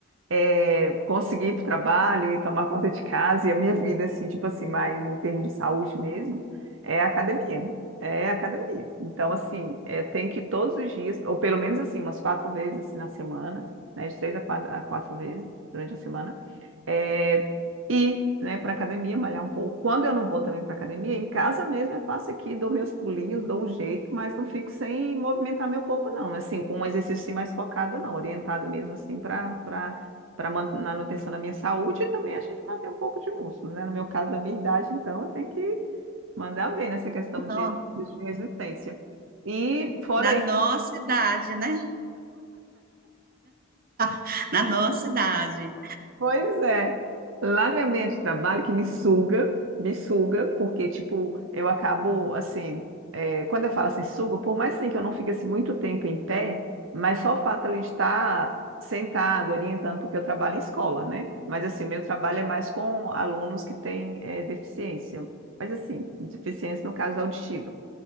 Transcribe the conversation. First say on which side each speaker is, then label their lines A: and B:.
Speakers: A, on the right (about 70°); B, on the right (about 45°).
A: é, conseguir ir para o trabalho e tomar conta de casa e a minha vida, assim, tipo assim, mais em termos de saúde mesmo, é a academia. É a academia. Então, assim, é, tem que ir todos os dias, ou pelo menos assim, umas quatro vezes assim, na semana, né? De três a quatro, a quatro vezes durante a semana é, ir, né, para academia, malhar um pouco. Quando eu não vou também para academia, em casa mesmo eu faço aqui, dou meus pulinhos, dou um jeito, mas não fico sem movimentar meu corpo, não. Assim, com um exercício assim, mais focado, não, orientado mesmo assim para para para manutenção da minha saúde e também a gente manter um pouco de músculo, né? No meu caso, da minha idade, então, eu tenho que mandar bem nessa questão
B: Não,
A: de de resistência. E fora
B: na nossa idade, né? <laughs> Na nossa idade.
A: Pois é. Lá no meu ambiente de trabalho, que me suga, me suga, porque, tipo, eu acabo, assim, é, quando eu falo assim, suga, por mais assim que eu não fique assim, muito tempo em pé, mas só o fato ali de estar sentado, orientando, porque eu trabalho em escola, né? Mas, assim, o meu trabalho é mais com alunos que têm é, deficiência, mas, assim, deficiência no caso auditiva.